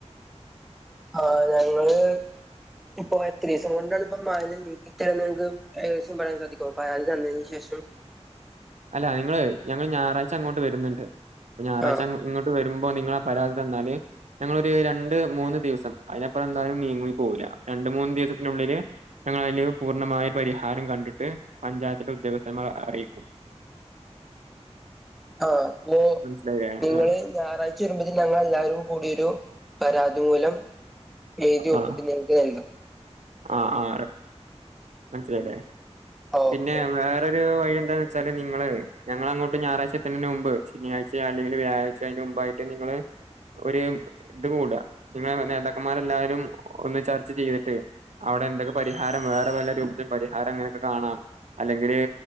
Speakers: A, in the centre; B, on the right.
A: ആഹ് ഞങ്ങള്. ഇപ്പൊ എത്രീസം കൊണ്ടാണ് ഇപ്പ മാലിന്യം നീക്കി തെര്ന ങ്ങക്ക് ഏകദേശം പറയാൻ സാധിക്കൊ പരാതി തന്നതിന് ശേഷം.
B: <inaudible> അല്ല നിങ്ങള് ഞങ്ങള് ഞാറായ്ച അങ്ങോട്ട് വരുന്നുണ്ട് അപ്പൊ ഞാറാഴയ്ച
A: ആഹ്
B: ഇങ്ങോട്ട് വരുമ്പോ നിങ്ങള പരാതി തന്നാല് ഞങ്ങളൊര് രണ്ട് മൂന്ന് ദിവസം അതിനപ്പറം എന്തായാലും നീങ്ങുയി പോവൂല രണ്ട്മൂന്ന് ദിവ <unintelligible> ത്തിനുള്ളില് ഞങ്ങളയിൽ പൂർണ്ണമായ പരിഹാരം കണ്ടിട്ട് പഞ്ചായത്തിന്റെ ഉദ്യോഗസ്ഥന്മാർ അറിയിക്കും.
A: ആഹ് അപ്പോ
B: മനസ്സിലായില്ലേ
A: നിങ്ങള്
B: ആ
A: ഞായറായ്ച വരുമ്പോതി ഞങ്ങൾ എല്ലാരും കൂടിയൊ രു പരാതി മൂലം. എഴുതി
B: ആ
A: ഒപ്പിട്ട് നിങ്ങക്ക് നൽകാം.
B: ആ ആ മനസ്സിലായില്ലേ
A: ഓക്കെ
B: പിന്നെ
A: ഓക്കെ.
B: വേറൊരു വഴി എന്താ ച്ചാല് നിങ്ങള് ഞങ്ങള് അങ്ങോട്ട് ഞാറായ്ച്ചെത്ത്ണീന്റെ മുമ്പ് ശനിയായ്ചയോ അല്ലെങ്കിൽ വ്യാഴാഴ്ച യ്ച്ചയോ അയിന്റെ മുമ്പായിട്ട് നിങ്ങള്. ഒരു ഇത് കൂട്അ നിങ്ങളെ നേതാക്കന്മാരെല്ലാരും ഒന്ന് ചർച്ച ചെയ്തിട്ട് അ അവിടെ എന്തൊക്കെ പരിഹാരം വേറെ വല്ല <unintelligible> പരിഹാരം അങ്ങനെയൊക്കെ കാണാം അല്ലെങ്കിൽ